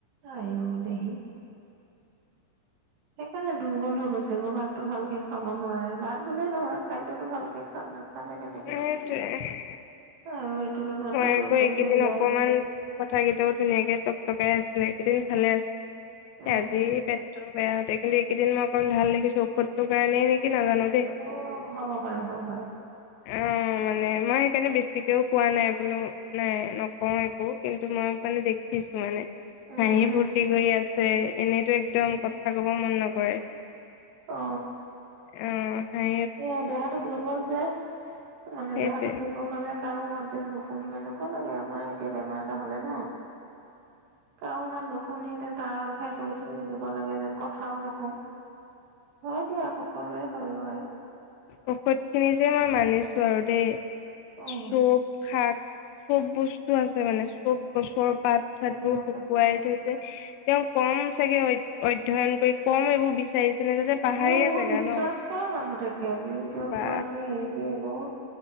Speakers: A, on the right (about 65°); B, on the left (about 85°).
A: আহ দহি সেইকাৰণে দুৰ্বল হৈ গৈছে কৰ'ৰবাত ো ভালকে খাব নোৱাৰে ভাত গ'লে নৰক খাদ্্যতটো ভালকে খা না ভালে কেনেকনো
B: সেইটোৱে
A: আৰু এইটো বেমাৰতো
B: মই
A: দুৰ্বল
B: আকৌ এইকেইদিন
A: হৈ যায়
B: অকমান কথাকেইটাও ধুনীয়াকে টক টকাই আছিলে কেইদিন ভালে আছিলে তজি
A: উম
B: প বেয়াতে কিন্তু এইকেইদিন মই অকণ ভাল দেখিছোঔধৰ কাৰণেইেকি নাজানো দেই
A: অ হ'ব পাৰে হ'ব পাৰে
B: অ মানে মই সকাৰণে বেছিকেও কোৱা নাই বোলো নাই নকওঁ একো কিন্তু মই মানে দেখিছো মানে
A: উম
B: হাঁহি
A: উম
B: ফূুৰ্তি কৰি আছে এনেইতো একদম
A: উম উম।
B: কথা কব মন নকৰে হয়
A: অ
B: অ হয়
A: এ দেহাাতটো দুৰ্বল যোয় মানে
B: সেইটোৱে
A: দেহাটো দুৰ্বল হলে কাৰো মাত যেন নুশুনিম এনেকুৱা লাগে আমাৰ এতিয়া বেমাৰ এটা হলে ন কাৰো মান ন শুনি তেন তাল খাই গৈ থাকিব বুলিনেকুৱা লাগে যেন ক ভাও নকম হয় দিয়া সকলোৰে সৰুৱই
B: ঔষধ খিনি যে মই মানিছো ওচৰতে
A: অ'
B: চব শাক চব বস্তু আছে মানে চব পাত
A: চব
B: চাত বোৰ
A: আছে
B: শুকুৱাই
A: চব আছে
B: থৈছে তেওঁ কম চাগে অধ্যয়ন কৰি কম এইবোৰ বিচাৰিছেনে তাতে পাহাৰীয়া
A: তেওঁ বহুত
B: জেগা
A: ৰিচাৰ্চ
B: ন
A: কৰা মানুহ খেজি জগৰাকে
B: বা
A: হেৰি মোৰ